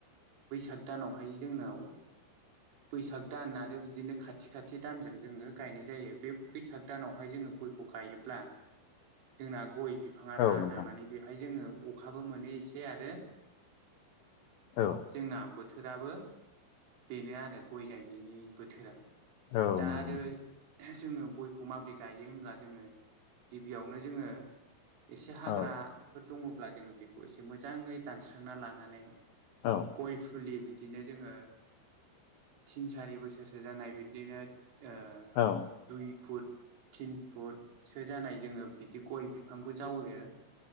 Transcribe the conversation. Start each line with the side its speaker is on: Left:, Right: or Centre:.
Right: बैसाग दानावहाय जोंनाव बैसाग दान आरो बिदिनो खाथि खाथि दानजों जोङो गायनाय जायो बे बैसाग दानावहाय जोङो गयखौ गायोब्ला जोंना गय बिफाङा राना
Left: औ नोंथां
Right: माने बेवहाय जोङो अखाबो मोनो एसे आरो
Left: औ
Right: जोंना बोथोराबो बेनो आरो गय गायनायनि बोथोरा
Left: औ
Right: दा
Left: नंगौ
Right: आरो
Left: नंगौ
Right: जोङो गयखौ माबोरै गायो होनब्ला जोङो गिबियावनो जोङो एसे हाग्राफोर
Left: औ
Right: दङब्ला जोङो बेखौ एसे मोजाङै दानस्रांना लानानै
Left: औ
Right: गय फुलि बिदिनो जोङो तिन सारि बोसोरसो जानाय बिदिनो ओ
Left: औ
Right: दुइ फुट थिन फुटसो जानाय जोङो बिदि गय बिफांखौ जावैयो।